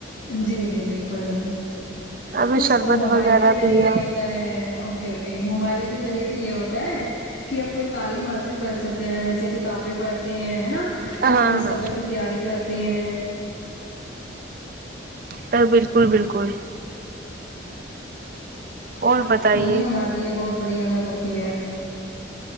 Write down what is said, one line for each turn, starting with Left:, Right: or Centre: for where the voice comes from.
Left: جی جی بالکل
Right: ابھی
Left: بس
Right: شربت
Left: وہ موبائل
Right: وغیرہ
Left: کے ذریعے
Right: پیا
Left: ہو تا ہے اوکے اوکے موبائل کے ذریعے تو یہ ہوتا ہے کہ ہم کوئی تعلیم حاصل کر سکتے ہیں جیسے کتابیں پڑھتے ہیں نا
Right: ہاں
Left: اپنے
Right: ہاں
Left: سبق کی تیاری کرتے ہیں
Right: بلکل بلکل اور بتائیے
Left: یہی ہمارے لیے بہت بڑی اہمیت ہوتی ہے